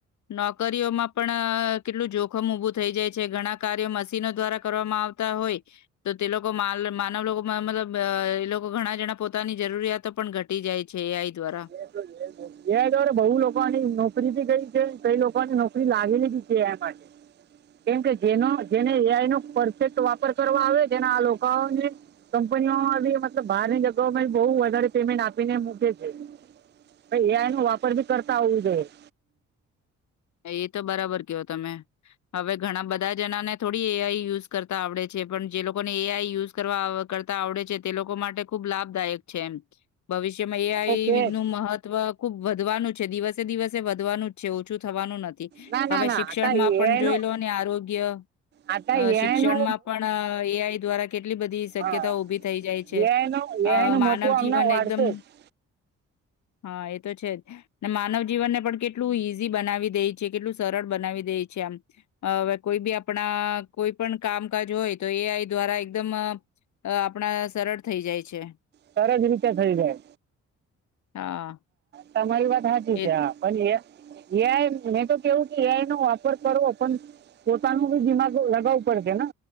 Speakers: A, on the left; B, on the right.
A: નોકરીઓમાં પણ અહ કેટલું જોખમ ઉભું થઈ જાય છે. ઘણા કાર્યો મશીનો દ્વારા કરવામાં આવતા હોય, તો તે લોકો માલ માનવ લોકો માં મતલબ, અહ એ લોકો ઘણા જણા પોતાની જરૂરિયાત તો પણ ઘટી જાય છે, એ આઈ દ્વારા.
B: <inaudible> એ આઈ દ્વારા બહુ લોકોની નોકરી બી ગઈ છે. કઈ લોકોની નોકરી લાગેલી બી છે, એ આઈ માટે. કેમકે જેનો જેને એ આઈ નો પરફેક્ટ વાપર કરવા આવે, જેને આ લોકા ઓને કંપનીઓ માંથી, મતલબ બહારની જગઓમાં, બહુ વધારે પેમેન્ટ આપીને મૂકે છે. પણ એ આઈ નો વાપર ભી કરતા આવડતુ જોઈએ.
A: એ તો બરાબર કયો તમે. હવે ઘણા બધા જણાને થોડી એ આઈ યુઝ કરતા આવડે છે, પણ જે લોકોને એ આઈ યુઝ કરવા કરતા આવડે છે, તે લોકો માટે ખુબ લાભદાયક છે એમ. ભવિષ્ય કેમ એ
B: આ
A: આઈ
B: તો છે જ.
A: નું મહત્વ ખુબ વધવાનું છે દિવસે દિવસે વધવાનું જ છે. ઓછું થવાનું થી.
B: ના ના
A: હવે
B: ના
A: શિક્ષણમાં
B: આતા એઆઈનો
A: પણ જોઈ લો ને આરોગ્ય
B: આતા
A: અહ
B: એઆઈનો
A: શિક્ષણમાં પણ અહ એ આઈ દ્વારા કેટલી બધી શક્યતા
B: હા
A: ઉભી થઈ જાય છે.
B: એઆઈનો એઆઈનું
A: અહ માનવ
B: મહત્વ હમણાં
A: જીવન
B: વાઢશે
A: એકદમ,
B: જ
A: હા, એ તો છે જ. ને માનવ જીવન ને પણ કેટલું ઈજ ઝી બનાવી દે છે. કેટલું સરળ બનાવી દે છે આમ. અહ હવે કોઈ બી આપણા કોઈ પણ કામકાજ હોય, તો એ આઈ દ્વારા એકદમ અહ આપણા સરળ થઈ જાય છે.
B: સરસજ રીતે થઈ જાય.
A: હા.
B: તમારી વાત સાજું
A: એ
B: છે, પણ આ એ આ એ આઈ મેં તો કેવું, એ આઈ નો વાપર કરો, પણ પોતાનું બી દિમાગ લગાવું પડશે ને.